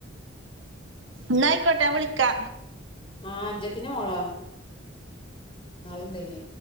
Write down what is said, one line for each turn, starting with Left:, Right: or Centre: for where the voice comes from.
Right: ന്നായിക്കോട്ടെ ഞാൻ വിളിക്ക
Left: ആ അനിജത്തിന്റെ മോള നൾടന്